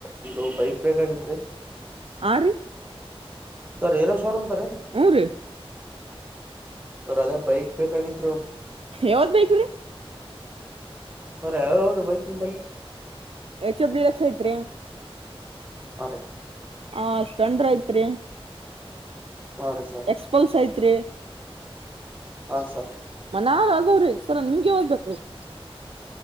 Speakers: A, on the right (about 20°); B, on the right (about 70°).
A: ಒಂದು ಬೈಕ್ ಬೇಕಾಗಿತ್ೀ
B: ಆ ರೀ
A: ತ ಎರ ಶೋರೂಮ್ ತ ರನು
B: ಹ್ಞೂ ರೀ
A: ಸ್ರ ಅದೇ ಬೈಕ್ ಬೇಕಾಗಿತ್ತು
B: ಯಾವದ್ ಬೈಕ್ ರಿ
A: ಸಾರಾ ಯಾವ ಯಾವ ಅವ್ರ ಬೈಕ್ ನಿಂಬಲ್ಲಿ
B: ಎಚ್ ಎಫ ಡಿ ಲಕ್ಷ ಐತ್ರಿ
A: ಅ
B: ಹಾ ಸ್ಪೆಂಡ್ರ ಐತ್ರಿ
A: ಹಾ ರೀ ಸರ್
B: ಎಕ್ಸ್ಪಲ್ಸ್ ಐತ್ರಿ
A: ಹಾ ಸರ್
B: ಮನ್ರ ಅದವ್ರೀ ಸರ ನಿಮ್ಗೆ ಹಓದ್ಬೇಕ್ರೀ <inaudible>